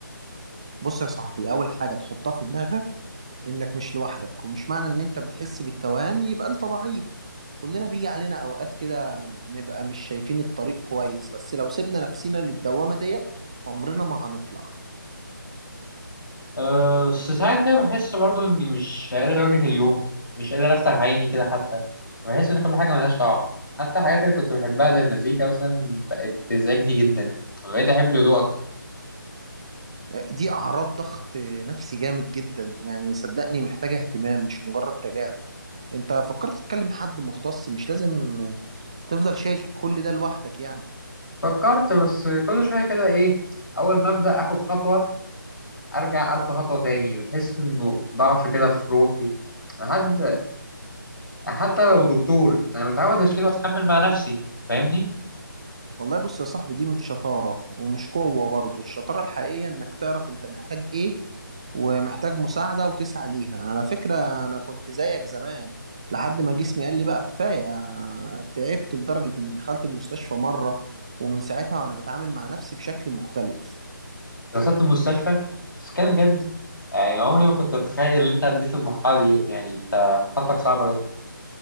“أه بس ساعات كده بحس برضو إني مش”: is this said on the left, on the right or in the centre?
Left